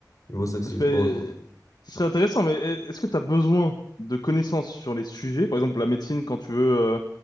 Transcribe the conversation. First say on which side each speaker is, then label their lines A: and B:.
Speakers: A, on the left; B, on the left.
A: mais ouais, c'est vrai que
B: Parce
A: c'est c'est pas mal, quoi.
B: Ce serait intéressant, mais e- est-ce que tu as besoin de connaissances sur les sujets? Par exemple, la médecine, quand tu veux, euh,